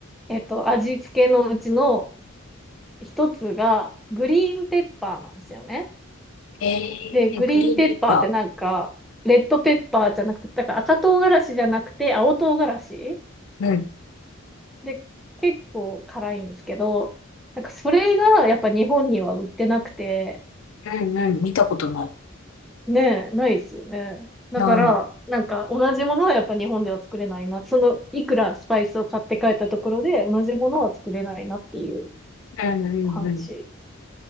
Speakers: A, in the centre; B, on the left.
A: えっと、味付けのうちの、一つが、グリーンペッパーなんですよね。
B: え
A: で、グリーンペッパーってなんか、
B: ー、グリーンペッパ
A: レッドペッパーじゃなくて、だから赤唐辛子じゃなくて青唐辛子
B: ー。うん。
A: で、結構辛いんですけど、なんかそれがやっぱ日本には売ってなくて、
B: うんうん。見たことない。
A: ねえ、ないですよね。だから、
B: ない。
A: なんか同じものはやっぱ日本では作れないな。その、いくらスパイスを買って帰ったところで同じものは作れないなっていう
B: うんうんうん。
A: 感じ。